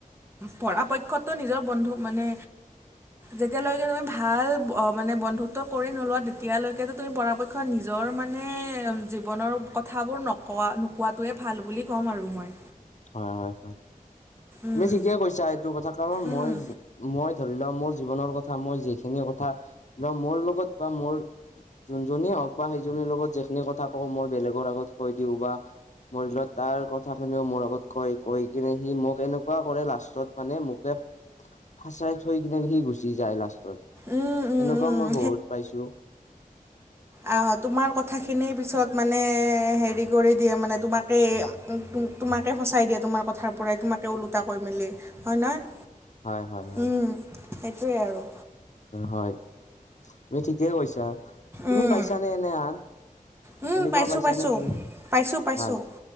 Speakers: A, on the right (about 15°); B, on the left (about 55°).
A: পৰাঢ়পক্ষতো নিজৰ বন্ধু মানে যেতিয়ালৈকে তুমি ভাল মানে বন্ধু্ব কৰি নোলোৱা তেতিয়ালৈকেতো তুমি পৰাপ নিজৰ মানে জীৱনৰ কথাবোৰ নকোৱা নোকোৱাটোৱে ভাল বুলি ক'ম আৰু মই।
B: হয় হয় হয়।
A: উম।
B: তুমি ঠিকে কৈছা এইটো কথা কাৰণ
A: উম
B: মই মই ধৰি লোৱা মোৰ জীৱনৰ ক থা মই যিখিনি কথা ধ মোৰ লগত বা মোৰ যোনজনীয়ে হওক বা সেইজনীৰ লগত যিখিনি কথা পওঁ মই বেলেগৰ আগত কৈ দিওঁ বা <inaudible> তাৰ কথা খিনিও মোৰ আগত কয় কৈ কিনে সি মোক এনেকুৱা কৰে লাষ্টত মানে মোকে ফাচাই থৈ কিনে সি গুচি যায় লাষ্টত
A: উম উম
B: সেনেকুৱাও মই বহুত পাইছো।
A: আ তোমাৰ কথাখিনি পিছত মানে হেৰি কৰি দিয়ে মানে তোমাকেই তোমাকে ফচাই দিয়ে তোমাৰ কথাৰ পৰাই তোমাকে ওলোটা কৈ মেলি। হয় নয়,
B: হয় হয় হয়
A: উম সেইটোৱে আৰু।
B: হয় তুমি ঠিকেই কৈছা, তুমি
A: উম
B: পাইছানে এনে আন?
A: উম
B: এনেকুৱা
A: পাইছোঁ
B: পাইছানে
A: পাইছোঁ
B: তুমি
A: পাইছোঁ পাইছোঁ।
B: হয়